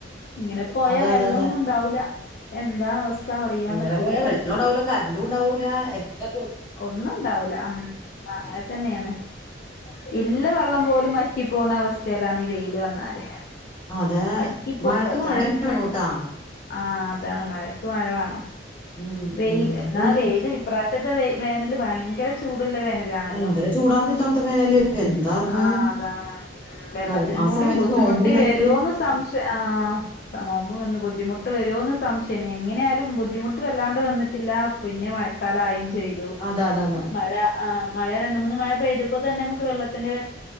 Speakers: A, on the left; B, on the left.
A: ഇങ്ങനെ പോയാ
B: അതെ
A: വെള്ളമൊന്നും
B: അതെ അതെ
A: ഉണ്ടാവൂല എന്താ അവസ്ഥ അറിയാൻ
B: ഇങ്ങനെ
A: പറ്റൂല
B: പോയാ വെള്ളം ഉണ്ടാവില്ല കറണ്ടും ഉണ്ടാവൂല എന്റെ
A: ഒന്നും ഉണ്ടാവൂല ഉ അങ്ങനെ തന്നെയാണ് ഇല്ല വെള്ളം പോലും വ റ്റി പോവുന്ന അവസ്ഥയിലാണ് ഈ വെയില് വന്നാല്
B: അതെ
A: വറ്റിപ്പോവല്ലോ
B: മഴക്ക് മഴ തന്നെ വേണൂട്ടാ
A: ആഹ് അതാണ് മഴക്ക് മഴ വേണം
B: ഉം
A: വെയിൽ
B: ഉം
A: എന്നാ
B: ഊ-
A: വെയില് ഇപ്രാവശ്യത്തെ വ വേനൽ ഭയങ്കര ചൂടുള്ള വേനലാ ലാണല്ലേ
B: ഭയങ്കര ചൂടാർന്ന് ഇത്തവണത്തെ വേനല് എന്താർന്ന്
A: ആഹ് അതാണ് വെള്ളത്തി
B: നോ
A: നു
B: ആ
A: കൂടി
B: സമയത്ത്
A: ബുദ്ധിമുട്ടി
B: നോമ്പുണ്ടായി
A: വരോന്ന് സംശ പക്ഷേ ആഹ് നോമ്പ് വന്ന് ബുദ്ധിമുട്ട് വരുമോന്ന് സംശയന എങ്ങനെയാലും ബുദ്ധിമുട്ട് ട്ട് വല്ലാണ്ട് വന്നിട്ടില്ല പിന്നെ മഴക്കാലായയും ചെയ്തു
B: അതെ അതെ അതെ
A: മഴ ആഹ് മഴ രണ്ട് മൂന്ന് മഴ പെയ്തപ്പോ തന്നെ നമുക്ക് വെള്ളത്തിന്റെ